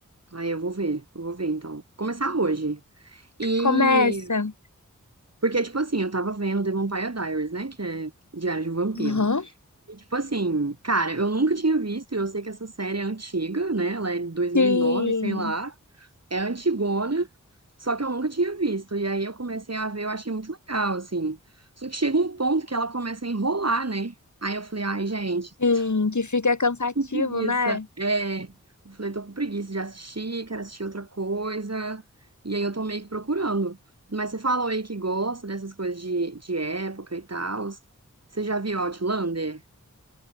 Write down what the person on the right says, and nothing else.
Ah, eu vou ver, eu vou ver então. Vou Começar hoje. E
porque, tipo assim, eu tava vendo The Vampire Diaries, né? Que é Diário de um Vampiro.
E, tipo assim, cara, eu nunca tinha visto, e eu sei que essa série é antiga, né? Ela é de dois mil
e nove sei lá. é antigona, só que eu nunca tinha visto. E aí eu comecei a ver, eu achei muito legal, assim. Só que chega um ponto que ela começa a enrolar, né? Aí eu falei, ai, gente,
<laughs>
tô com preguiça.
É, eu falei, tô com preguiça de assistir, quero assistir outra coisa. E aí eu tô meio que procurando. Mas você falou aí que gosta dessas coisas de, de época e tal. Você já viu Outlander?